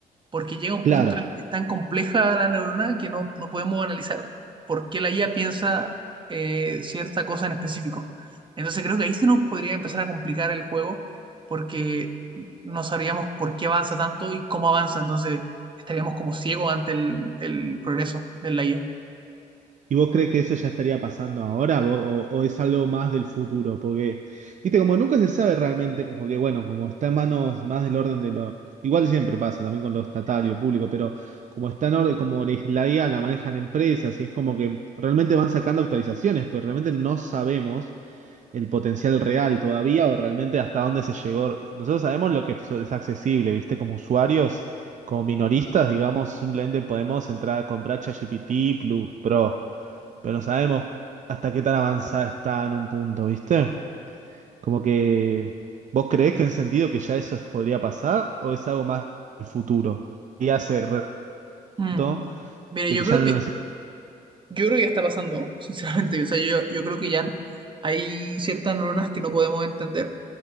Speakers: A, on the right (about 30°); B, on the right (about 50°).
A: porque llega un
B: Claro,
A: punto en el que es tan compleja la neurona que no, no podemos analizar por qué la IA piensa eh, cierta cosa en específico. Entonces, creo que ahí se nos podría empezar a complicar el juego porque no sabríamos por qué avanza tanto y cómo avanza, entonces estaríamos como ciegos ante el, el progreso de la IA.
B: ¿Y vos crees que eso ya estaría pasando ahora vos- o, o es algo más del futuro? Porque, viste, como nunca se sabe realmente, porque bueno, como está en manos más del orden de lo... Igual siempre pasa también con lo estatal y el público, pero como está en orden, como la la IA la manejan empresas y es como que realmente van sacando actualizaciones, pero realmente no sabemos el potencial real todavía o realmente hasta dónde se llegó. Nosotros sabemos lo que es es accesible, viste, como usuarios, como minoristas, digamos, simplemente podemos entrar a comprar ChatGPT Plus Pro pero no sabemos hasta qué tan avanzada está en un punto, ¿viste? Como que, ¿vos creés que en el sentido que ya eso podría pasar o es algo más del futuro? Y hace reto
A: Mm, Mira,
B: de
A: yo
B: que ya
A: creo
B: no
A: que,
B: necesita...
A: yo creo que ya está pasando, <laughs> sinceramente. O sea, yo, yo creo que ya hay ciertas neuronas que no podemos entender,